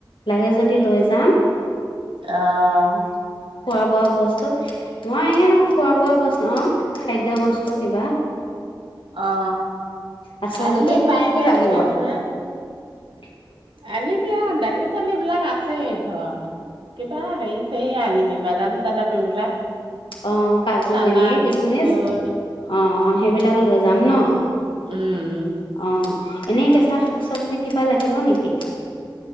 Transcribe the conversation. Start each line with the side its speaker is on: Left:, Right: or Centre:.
Left: লাগে যদি লৈ যাম।
Right: অহ।
Left: খোৱা বোৱা বস্তু, মই এওঁ খোৱা বোৱা বস্তু। অ'। খাদ্য বস্তু কিবা।
Right: অ'।
Left: আছে
Right: আনিবি
Left: যদি
Right: পাৰিলে
Left: কি কি লাগিব
Right: কিবা কিবা।
Left: <inaudible>
Right: আনিবি আৰু দালি চালি বিলাক আছেই। অ', কিবা হেই ছেই আনি বাদাম চাদাম এইবিলাক।
Left: অ', কাজু
Right: চানা
Left: এনেকে কিচমিচ,
Right: বিস্কুট
Left: অ'। সেইবিলাক লৈ যাম ন'?
Right: উম।
Left: অ'। এনে কেঁচা শাক চবজি কিবা লাগিব নেকি?